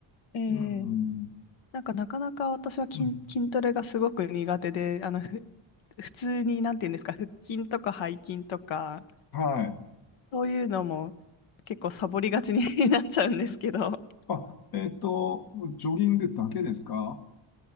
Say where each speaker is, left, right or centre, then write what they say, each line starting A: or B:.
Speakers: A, on the left; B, on the left.
A: えー
B: うん。
A: なんか、なかなか私は筋、
B: うん。
A: 筋トレがすごく苦手で、あの、ふ、普通に、なんていうんですか、腹筋とか背筋とか、
B: はい。
A: そういうのも結構サボりがちに <laughs> なっちゃうんですけど。
B: あ、えっと、ジョギングだけですか